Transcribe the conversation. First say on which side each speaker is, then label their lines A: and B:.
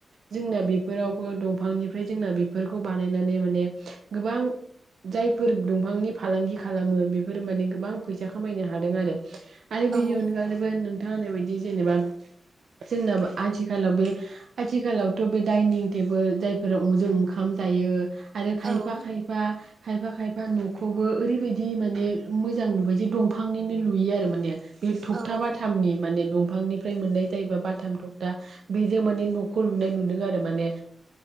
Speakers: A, on the right (about 70°); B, on the right (about 50°).
A: जोंना बेफोरावबो दंफांनिफ्राय जोंना बेफोरखौ बानायनानै माने गोबां जायफोर दंफांनि फालांगि खालामो बे फोर माने गोबां फैसा खामायनो हादों आरो। आरो
B: औ
A: बेनि अनगायैबो नों नोंथां होननाय बायदि जेनेबा जोंनाव आथिखालाव बे आथिखालावथ' बे दाइनिं टेबोल जायफोराव जों ओंखाम जायो। आरो
B: औ
A: खायफा खायफा खायफा खायफा न'खौबो ओरैबायदि माने मोजां लुबाय जे दंफांनिनो लुयो आरो माने बे थ'खथा
B: औ
A: बाथामनि माने दं बिफांनिफ्राय मोननाय जायोबा बाथाम थखथा बेजों माने न'खौ लुनाय नुदों आरो माने